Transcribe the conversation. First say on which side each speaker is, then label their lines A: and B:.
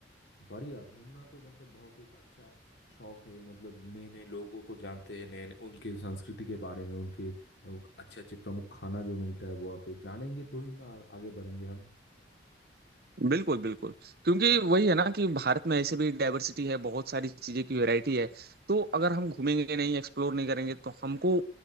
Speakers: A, on the left (about 65°); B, on the right (about 55°).
A: बढ़िया घूमना तो मतलब बहुत एक अच्छा शौक है मतलब नए नए लोगों को जानते हैं नए नए उनके संस्कृति के बारे में उनके अच्छे अच्छे प्रमुख खाना जो मिलता है वो आप जानेंगे तो ही ना आ, आगे बढ़ेंगे हम
B: बिल्कुल बिल्कुल क्योंकि वही है ना कि भारत में ऐसे भी डाइवर्सिटी है बहुत सारी चीजें की वैरायटी है तो अगर हम घूमेंगे नहीं एक्सप्लोर नहीं करेंगे तो हमको